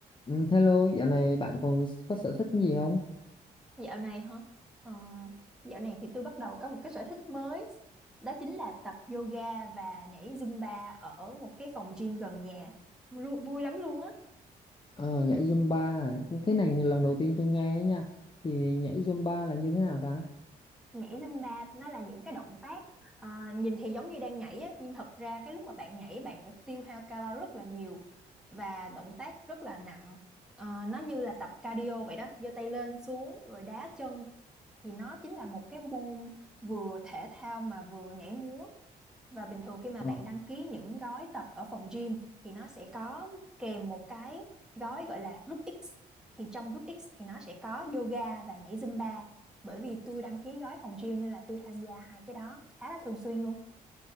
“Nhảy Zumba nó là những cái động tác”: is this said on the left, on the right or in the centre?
Centre